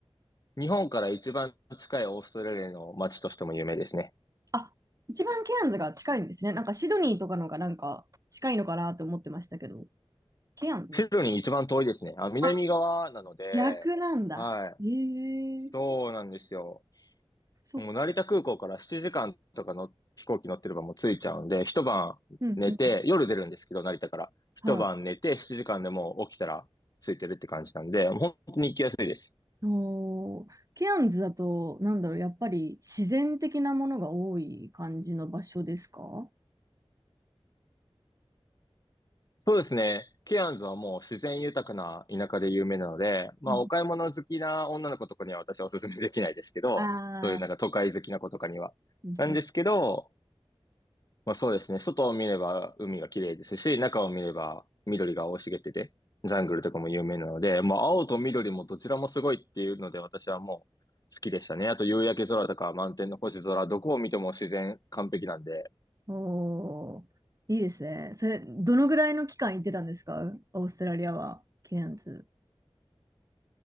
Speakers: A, on the left (about 40°); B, on the right (about 35°).
A: 日本から一番近いオーストラリアの街としても有名ですね。
B: あ、一番ケアンズが近いんですね。なんかシドニーとかのがなんか近いのかなと思ってましたけど、ケアンズな。
A: シドニー一番遠いですね。あ、南側なので、
B: あ、逆なんだ。
A: はい。
B: ええ
A: そうなんですよ。
B: そっか
A: もう成田空港から7時間とかの飛行機乗ってればもう着いちゃうんで、一晩寝て、
B: うんうん。
A: 夜出るんですけど、成田から。一晩寝て、
B: はい。
A: 7時間でもう起きたら着いてるって感じなんで、本当に行きやすいです。
B: おー、ケアンズだと、なんだろう、やっぱり自然的なものが多い感じの場所ですか
A: そうですね。ケアンズはもう自然豊かな田舎で有名なので、まあお買い物好きな女の子とかには私はお勧めできないですけど、
B: うん。あ
A: そういうなんか都会好きな子とかには。
B: あ。うんうん
A: なんですけど、まあそうですね。外を見れば海が綺麗ですし、中を見れば緑が生い茂ってて、ジャングルとかも有名なので、まあ青と緑もどちらもすごいっていうので私はもう好きでしたね。あと夕焼け空とか満天の星空、どこを見ても自然完璧なんで。
B: おー、いいですね。それ、どのぐらいの期間行ってたんですかオーストラリアは、ケアンズ。